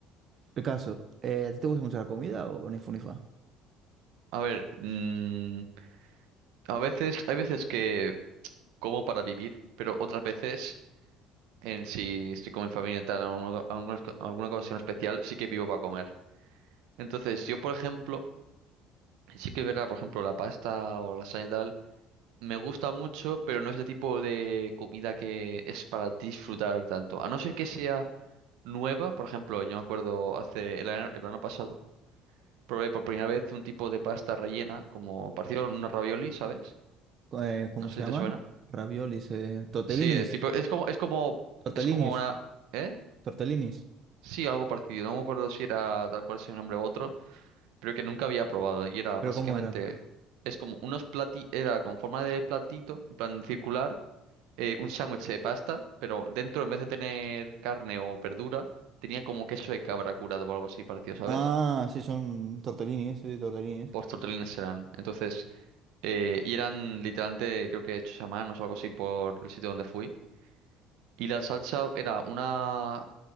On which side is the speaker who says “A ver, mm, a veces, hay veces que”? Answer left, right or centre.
Right